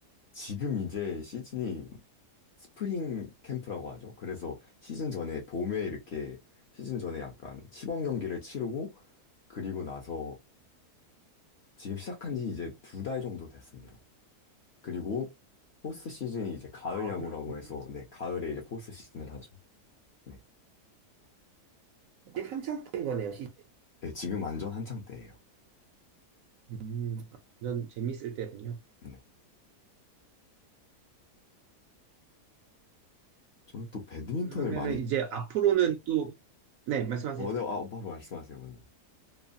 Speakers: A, on the left; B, on the right.
A: 지금 이제 시즌이 스프링 캠프라고 하죠. 그래서 시즌 전에 봄에 이렇게 시즌 전에 약간 시범 경기를 치르고 그리고 나서 지금 시작한 지 이제 두 달 정도 됐습니다. 그리고 포스트 시즌이 이제 가을
B: 아,
A: 야구라고
B: 그럼 음,
A: 해서 네, 가을에 이제 포스트 시즌을 하죠. 네.
B: 아직 한창 때인 거네요, 시즌.
A: 네, 지금 완전 한창 때예요.
B: 음, 완전 재밌을 때군요.
A: 네. 저는 또 배드민턴을
B: 그러면은
A: 많이
B: 이제 앞으로는 또, 네, 말씀하세요.
A: 어, 네, 아, 바로 말씀하세요, 먼저.